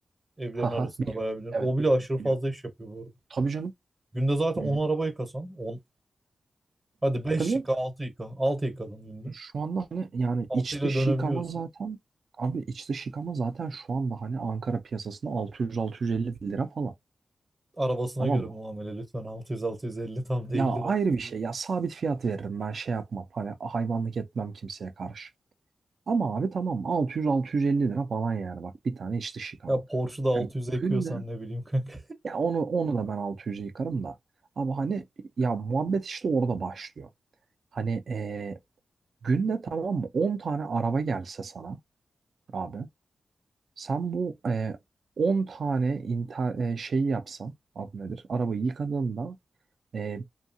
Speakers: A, on the right; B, on the right.
A: Evlerin
B: Haha
A: arasında
B: biliyorum.
A: bayağı bir.
B: Evet
A: O bile
B: biliyorum
A: aşırı
B: biliyorum.
A: fazla iş yapıyor bu arada.
B: Tabii canım.
A: Günde zaten
B: Hmm,
A: 10 araba yıkasan on Hadi beş
B: Tabii canım.
A: yıka altı yıka. altı yıkadın günde.
B: Şu anda hani yani
A: altı
B: iç
A: ile
B: dış
A: dönebiliyorsun.
B: yıkama zaten abi iç dış yıkama zaten şu anda hani Ankara piyasasında 600-650 lira falan.
A: Arabasına
B: Tamam
A: göre muamele
B: mı?
A: lütfen altı altı yüz altı yüz elli tam değildir.
B: Ya ayrı bir şey. Ya sabit fiyat veririm ben şey yapmam. Hani hayvanlık etmem kimseye karşı. Ama abi tamam 600-650 lira falan yani bak bir tane iç dış yıkama.
A: Ya Porsche'da 600'e
B: Yani
A: yıkıyorsan
B: günde
A: ne bileyim kanka.
B: ya onu onu da ben 600'e yıkarım da. Ama hani ya muhabbet işte orada başlıyor. Hani eee, günde tamam mı 10 tane araba gelse sana abi sen bu eee 10 tane inter, eee, şeyi yapsan adı nedir? Arabayı yıkadığında eee